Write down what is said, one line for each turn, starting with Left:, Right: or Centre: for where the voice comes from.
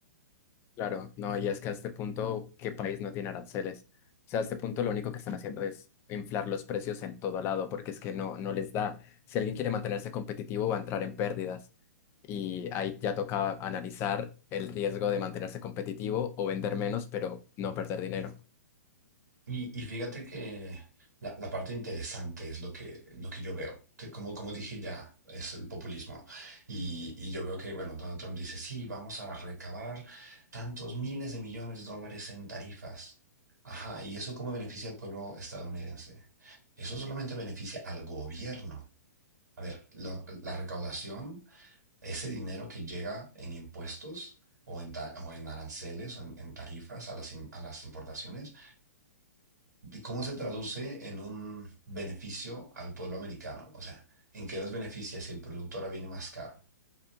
Left: Claro, no, y es que a este punto, ¿qué país no tiene aranceles? O sea, a este punto lo único que están haciendo es inflar los precios en todo lado, porque es que no, no les da. Si alguien quiere mantenerse competitivo, va a entrar en pérdidas. Y ahí ya toca analizar el riesgo de mantenerse competitivo o vender menos, pero no perder dinero.
Right: Y, y fíjate que la, la parte interesante es lo que, lo que yo veo. Te- Como, como dije ya, es el populismo. Y, y yo veo que, bueno, Donald Trump dice, sí, vamos a recabar tantos miles de millones de dólares en tarifas. Ajá, ¿y eso cómo beneficia al pueblo estadounidense? Eso solamente beneficia al gobierno. A ver, lo- la recaudación, ese dinero que llega en impuestos o en, ta- o en aranceles o en, en tarifas a las, im- a las importaciones, ¿Cómo se traduce en un beneficio al pueblo americano? O sea, ¿en qué los beneficia si el producto ahora viene más caro?